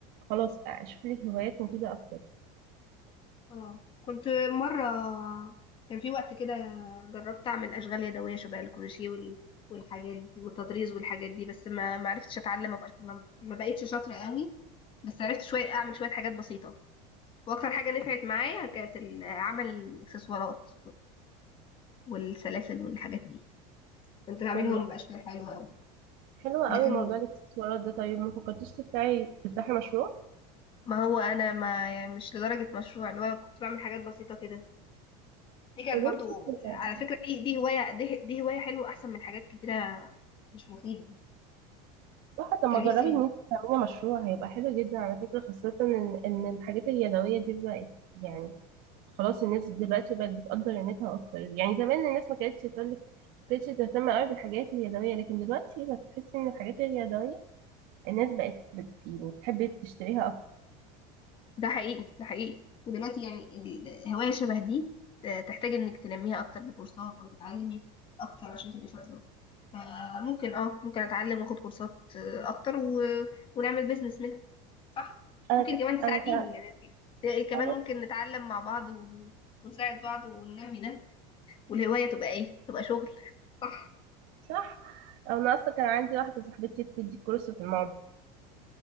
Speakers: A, on the right; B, on the left.
A: خلاص اشوف لي هوايات مفيده اكتر
B: اه كنت مرة كان في وقت كده جربت أعمل أشغال يدوية شبه الكروشيه وال... والحاجات دي والتطريز والحاجات دي بس ما ما عرفتش أتعلم ما بقاش- ما ما بقيتش شاطرة قوي بس عرفت شوية أعمل شوية حاجات بسيطة وأكتر حاجة نفعت معايا كانت ال- عمل الإكسسوارات والسلاسل والحاجات دي كنت بعملهم
A: لما
B: بأشكال حلوة أوي
A: حلوه
B: لكن
A: قوي موضوع الاكسسوارات ده طيب ما فكرتيش تفتحي تفتحي مشروع
B: ما هو انا ما يعني مش لدرجة مشروع اللي هو كنت بعمل حاجات بسيطة كده دي كانت
A: يا بنتي
B: برضو
A: كده
B: على فكرة دي دي هواية دي, دي هواية حلوة احسن من حاجات كتيرة مش مفيدة
A: صح طب ما
B: كان
A: جربي
B: نفسي
A: ان انت تعملي مشروع هيبقى حلو جدا على فكره خاصه ان ان الحاجات اليدويه دي بقت يعني خلاص الناس دلوقتي بقت بتقدر قيمتها اكتر يعني زمان الناس ما كانتش تقول لك كانتش تهتم قوي بالحاجات اليدويه لكن دلوقتي بتحسي ان الحاجات اليدويه الناس بقت بت... يعني بتحب تشتريها اكتر
B: ده حقيقي ده حقيقي ودلوقتي يعني ال- ال- هواية شبه دي ت- تحتاج انك تنميها اكتر بكورسات او تتعلمي أكتر عشان تبقي شاطرة فممكن اه ممكن اتعلم واخد كورسات آه، اكتر و... ونعمل بيزنس منها. صح
A: انا
B: ممكن
A: ك...
B: كمان تساعديني
A: انا ك...
B: يعني ت- كمان
A: خلاص
B: ممكن نتعلم مع بعض و... ونساعد بعض وننمي ده والهواية تبقى ايه تبقى شغل صح
A: صح او انا اصلا كان عندي واحده صاحبتي بتدي كورس في الموضوع